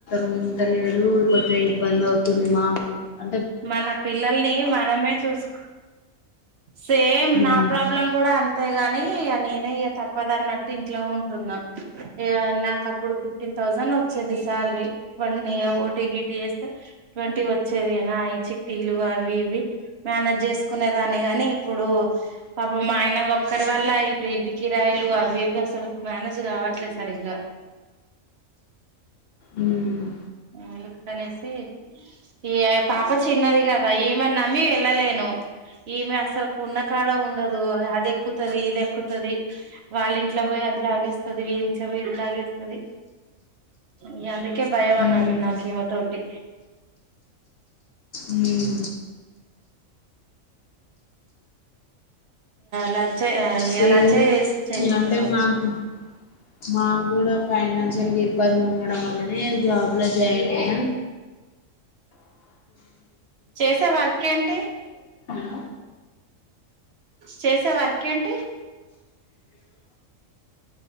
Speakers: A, on the left; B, on the right.
A: ఉంటలేడు <inaudible> బంద్ అవుతుంది మా గుడా అ
B: మన పిల్లల్ని మనమే చూసు సేమ్
A: మ్మ్
B: నా ప్రాబ్లం గుడ అంతే గానీ నేనే ఇగ తప్పదన్నట్టు ఇంట్లో ఉంటున్నా ఇగ నాక్ అప్పుడు ఫిఫ్టీన్ థౌసండ్ వచ్చేది సాలరీ ఓటీ గిటి చేస్తే ట్వంటీ వచ్చేది ఆ ఈ చిట్టీలు అవి ఇవి మేనేజ్ చేసుకునేదాన్ని గని ఇప్పుడు పాపం మా ఆయన ఒక్కరి వల్ల ఇటు ఇంటి కిరాయలు అవి ఇవి అసలు మేనేజ్ కావట్లే సరిగా
A: మ్మ్
B: అందుకనేసి ఈ పాప చిన్నది కదా ఈమెన్ నమ్మి ఎళ్ళలేను ఈమె అసల్ కున్న కాడ ఉండదు అది ఎక్కుతుద ఇది ఎక్కుతది వాళ్ళ ఇంట్ల పోయి అది లాగేస్తది వీళంట్లో పోయి ఇది లాగేస్తది ఇగ అందుకే భయం అన్నట్
A: మ్మ్
B: నాకిమతోటి
A: మ్మ్ మ్మ్
B: లంచే
A: సేమ్
B: లంచే చేస్ చేస్తారు
A: అంటే
B: కావచ్చు
A: మాకు మాకు గుడా ఫైనల్ అసలుకి ఇబ్బంది ఉండడం వల్లనే జాబ్లో జాయిన్ అయినా
B: చేసే వర్క్ ఏంటి
A: <inaudible>
B: చేసా వర్కేంటి